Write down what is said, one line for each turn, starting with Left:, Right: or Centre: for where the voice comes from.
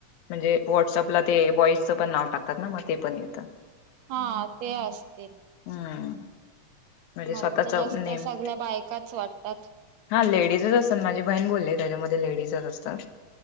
Left: म्हणजे व्हॉट्सअपला ते बॉईजचं पण नाव टाकतात ना मग ते पण येतं.
Right: हा ते असतील.
Left: हम्म म्हणजे
Right: मला
Left: स्वतःच
Right: तर जास्त
Left: नेम
Right: सगळ्या बायकाच वाटतात.
Left: हा लेडीजच अस माझी बहीण बोलली त्याच्यामध्ये लेडीज असतात.